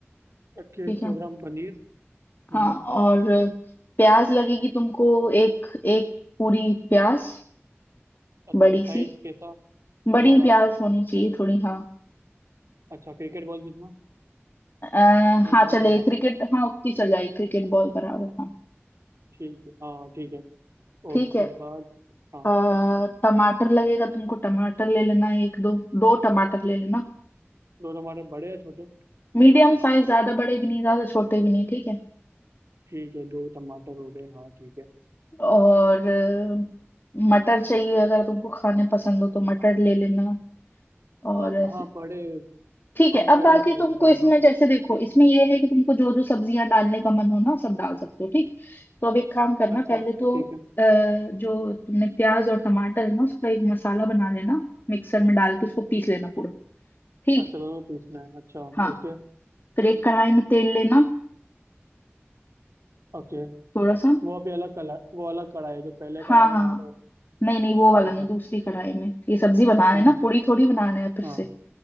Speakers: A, on the right; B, on the left.
A: ओके
B: ठीक
A: सौ
B: है
A: ग्राम पनीर
B: हाँ
A: हम्म
B: और प्याज लगेगी तुमको एक एक पूरी प्याज
A: अच्छा
B: बड़ी
A: साइज
B: सी
A: कैसा
B: बड़ी
A: बड़ा
B: प्याज होनी चाहिए थोड़ी हाँ
A: अच्छा क्रिकेट बॉल जितना
B: अ,
A: या
B: हाँ
A: फिर थोड़ा
B: चले
A: छोटा
B: क्रिकेट हाँ उतनी चल जाएगी क्रिकेट बॉल बराबर हाँ
A: ठीक है हाँ ठीक है
B: ठीक
A: और उसके
B: है
A: बाद हाँ
B: अ, टमाटर लगेगा तुमको टमाटर ले लेना एक दो दो टमाटर ले लेना
A: दो टमाटर बड़े या छोटे
B: मीडियम साइज ज्यादा बड़े भी नहीं ज्यादा छोटे भी नहीं ठीक है
A: ठीक है दो टमाटर हो गए हाँ ठीक है
B: और अ, मटर चाहिए अगर तुमको खाने पसंद हो तो मटर ले लेना और
A: आप
B: ऐसे
A: हाँ बड़े
B: ठीक है
A: आप
B: अब
A: बड़े
B: बाकी
A: थे
B: तुमको
A: जमीन
B: इसमें
A: हाँ
B: जैसे देखो इसमें ये है कि तुमको जो जो सब्जियां डालने का मन हो ना सब डाल सकते हो ठीक तो अब एक काम करना
A: अच्छा
B: पहले तो
A: ठीक है
B: अ, जो तुमने प्याज और टमाटर है ना उसका एक मसाला बना लेना मिक्सर में डाल के उसको पीस लेना पूरा ठीक
A: अच्छा दोनों को पीसना है अच्छा
B: हाँ
A: ओके
B: फिर एक कढ़ाई में तेल लेना
A: ओके
B: थोड़ा सा
A: वो अभी अलग कलर वो अलग कढ़ाई है जो पहले
B: हाँ
A: कढ़ाई में
B: हाँ
A: लाया
B: हाँ
A: था वो नहीं
B: नहीं नहीं वो वाला
A: अच्छा
B: नहीं दूसरी कढ़ाई में ये सब्जी बनाना
A: हम्म
B: है ना पूड़ी थोड़ी बनाना है फिर
A: हाँ
B: से